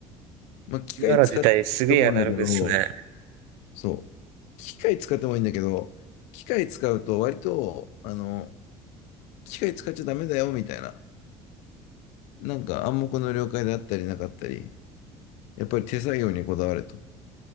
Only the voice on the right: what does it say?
今の時代すげえアナログですね。